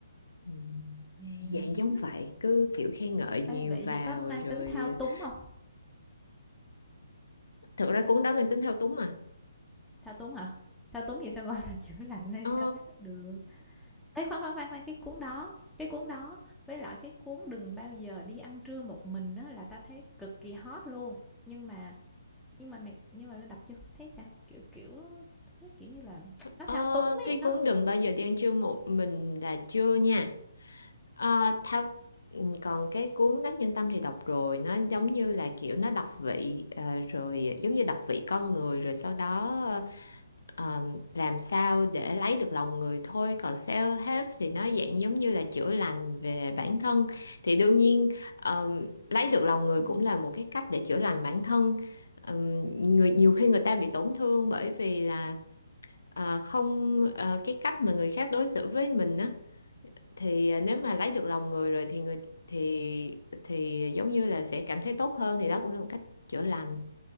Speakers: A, on the left (about 70°); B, in the centre.
A: Ừm,
B: Ừm
A: dạng giống vậy cứ kiểu khen ngợi nhiều
B: Ê, vậy
A: vào
B: thì có mang
A: rồi
B: tính thao túng
A: ờ,
B: không
A: thực ra cuốn đó mang tính thao túng mà
B: Thao túng hả? Thao túng gì sao gọi là <laughs> chữa lành hay
A: ờ,
B: sao phát được? Ê, khoan, khoan, khoan, khoan, cái cuốn đó cái cuốn đó với lại cái cuốn "Đừng bao giờ đi ăn trưa một mình" đó là ta thấy cực kỳ hot luôn. Nhưng mà nhưng mà mày nhưng mà Linh đọc chưa? Thấy sao? Kiểu, kiểu, thấy, kiểu như là, <tsk> nó
A: ờ,
B: thao túng
A: cái
B: ấy, nó
A: cuốn
B: không
A: đừng bao giờ đi ăn trưa một mình là chưa nha ờ, thao ừm, còn cái cuốn Đắc Nhân Tâm thì đọc rồi nó giống như là kiểu nó đọc vị ờ, rồi giống như đọc vị con người rồi sau đó ờ, ờ, làm sao để lấy được lòng người thôi còn self help thì nó dạng giống như là chữa lành về bản thân thì đương nhiên ờm, lấy được lòng người
B: Ừm.
A: cũng là một cái cách để chữa lành bản thân Ờm, người nhiều khi người ta bị tổn thương bởi vì là ờ, không ờ, cái cách mà người khác đối xử với mình á thì ờ, nếu mà lấy được lòng người rồi thì người thì thì giống như là sẽ cảm thấy tốt hơn thì đó cũng là một cách chữa lành